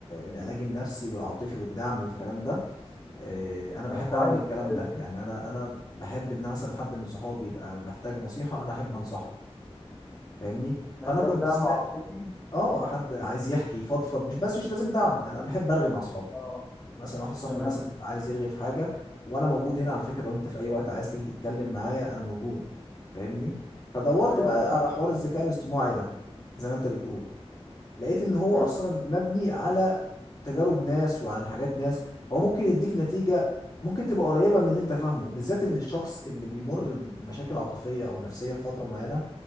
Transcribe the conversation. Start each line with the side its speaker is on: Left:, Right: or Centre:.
Left: العلاج النفسي والعاطفي والدعم والكلام ده إيه، انا بحب
Centre: طب كويس
Left: اعمل الكلام
Centre: كويس
Left: ده
Centre: جدا
Left: يعني انا انا بحب ان مثلا حد من صحابي يبقى محتاج نصيحه انا احب انصحه فاهمني
Centre: محتاج
Left: فانا كنت
Centre: دعم
Left: سم...
Centre: عاطفي
Left: اه حد عايز يحكي يفضفض مش بس مش لازم دعم يعني انا بحب ارغي مع اصحابي
Centre: اه
Left: مثلا واحد صاحبي
Centre: تمام
Left: مثلا بيبقى عايز يرغي في حاجه وانا موجود هنا على فكره لو انت في اي وقت عايز تيجي تتكلم معايا انا موجود فاهمني فدورت
Centre: تمام
Left: بقى
Centre: تمام
Left: على حوار الذكاء الاصطناعي ده زي ما انت بتقول لقيت ان هو
Centre: حلو
Left: اصلا مبني على تجارب ناس وعن حاجات ناس هو ممكن يديك نتيجة ممكن تبقى قريبة من اللي انت فاهمه بالذات ان الشخص اللي بيمر بمشاكل عاطفية او نفسية في فترة معينة